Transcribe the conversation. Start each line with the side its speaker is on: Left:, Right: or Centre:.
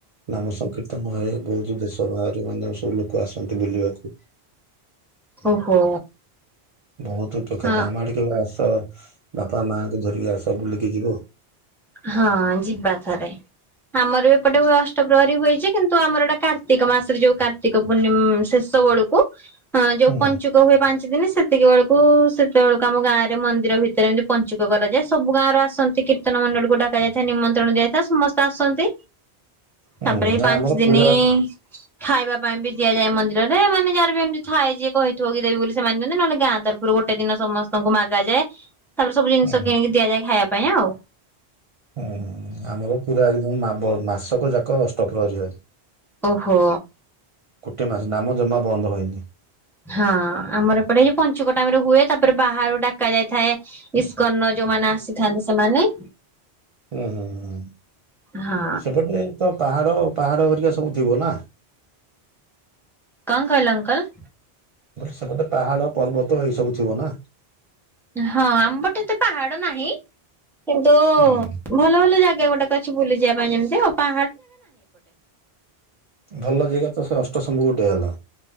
Right: ନାମ ସଂକୀର୍ତ୍ତନ ହଏ। ବହୁତ ଦେଶ ବାହାରୁ ମାନେ ସବୁ ଲୋକ ଆସନ୍ତି ବୁଲିବାକୁ।
Centre: ଓହୋ
Right: ବହୁତ ଉପକାରିତା
Centre: ହଁ
Right: ଆମ ଆଡିକି କେବେ ଆସ ବାପା ମାଙ୍କୁ ଧରିକି ଆସ ବୁଲିକି ଯିବ।
Centre: ହଁ ଯିବା ଥରେ ଆମର ଏପଟେ ହୁଅ ଫେବୁଆରୀ ହୁଏଯେ କିନ୍ତୁ ଆମର ଏଇଟା କାର୍ତ୍ତିକ ମାସରେ ଯୋଉ କାର୍ତ୍ତିକ ପୂର୍ଣ୍ଣିମ ଶେଷ ବେଳକୁ ହଁ ଯୋଉ
Right: ହୁଁ
Centre: ପଞ୍ଚୁକ ହୁଏ ପାଞ୍ଚ ସିଦିନ ସେତିକି ବେଳକୁ ସେତେବେଳକୁ ଆମ ଗାଁ ରେ ମନ୍ଦିର ଭିତରେ ଏମିତି ପଞ୍ଚୁକ କରାଯାଏ ସବୁ ଗାଁ ର ଆସନ୍ତି। କୀର୍ତ୍ତନ ମଣ୍ଡଳକୁ ଡକା ଯାଇଥାଏ ନିମନ୍ତ୍ରଣ ଦିଆଯାଇଥାଏ ସମସ୍ତେ ଆସନ୍ତି।
Right: ହୁଁ
Centre: ତାପରେ ଏଇ
Right: ନା
Centre: ପାଞ୍ଚ
Right: ଆମର
Centre: ଦିନି
Right: ପୁରା
Centre: ଖାଇବା ପାଇଁ ବି ଦିଆଯାଏ ମନ୍ଦିରରେ ମାନେ ଯାହର ବି ଏମିତି ଥାଏ ଯିଏ କହିଥିବ କି ଦେବି ବୋଲି ସେମାନେ ଦିଅନ୍ତି ନହେଲେ ଗାଁ ତରଫରୁ ଗୋଟେ ଦିନ ସମସ୍ତ ଙ୍କୁ ମାଗା ଯାଏ ତାପରେ ସବୁ ଜିନିଷ
Right: ହୁଁ
Centre: କିଣିକି ଦିଆଯାଏ ଖାଇବା ପାଇଁ ଆଉ।
Right: ହୁଁ ଆମର ପୁରା ଅଜିଦୁ ମାବ ମାସକ ଯାକ ଅଷ୍ଟପ୍ରହରୀ ହଏ।
Centre: ଓହୋ
Right: ଗୋଟେ ମାସ ନାମ ଜମା ବନ୍ଦ ହଏନି।
Centre: ହଁ ଆମର ଏପଟେ ଏଇ ପଞ୍ଚୁକ ଟାମ ରେ ହୁଏ ତାପରେ ବାହାରୁ ଡାକା ଯାଇଥାଏ ଇସ୍କନ ଯୋଉମାନେ ଆସିଥାନ୍ତି ସେମାନେ।
Right: ହୁଁ ହୁଁ ହଁ
Centre: ହଁ।
Right: ସେପଟେ ତ ପାହାଡ ପାହାଡ ଭରିକା ସବୁ ଥିବ ନା?
Centre: କଣ କହିଲ ଅଙ୍କଲ?
Right: ସେପଟେ ପାହାଡ ପର୍ବତ ଏଇ ସବୁ ଥିବ ନା?
Centre: ହଁ ଆମପଟେ ଏତେ ପାହାଡ ନାହିଁ। କିନ୍ତୁ
Right: ହୁଁ
Centre: ଭଲ ଭଲ ଜାଗା ଗୁଡାକ ଅଛି ବୁଲିଯିବା ପାଇଁ ଯେମିତି ହପା
Right: ଭଲ ଯେଗା ତ ସେ ଅଷ୍ଟଶମ୍ଭୁ ଗୋଟେ ହେଲା।